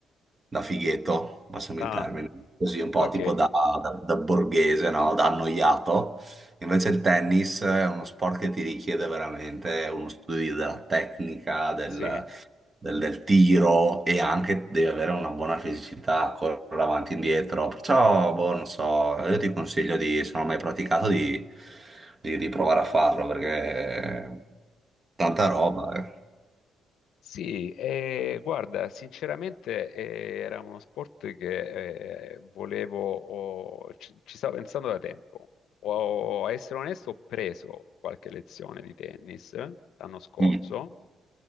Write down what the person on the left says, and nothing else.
Ah,
ok,
sì.
Sì, eh, guarda, sinceramente eh, era uno sport che eh, volevo, o- ci, ci stavo pensando da tempo. Ho, a essere onesto, ho preso qualche lezione di tennis eh, l'anno scorso,